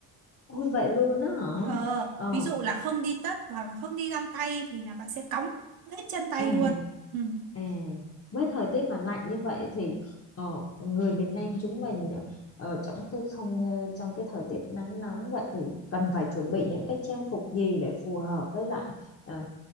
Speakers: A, on the left; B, on the right.
A: ôi vậy luôn á hả
B: ờ
A: ờ
B: ví dụ là không đi tất hoặc là không đi găng tay thì là bạn sẽ cóng hết chân tay
A: à
B: luôn ừ.
A: à với thời tiết mà lạnh như vậy thì ờ, người miền Nam chúng mình ở trong cái không ờ, trong cái thời tiết nắng nóng vậy thì cần phải chuẩn bị những cái trang phục gì để phù hợp với lại ờ,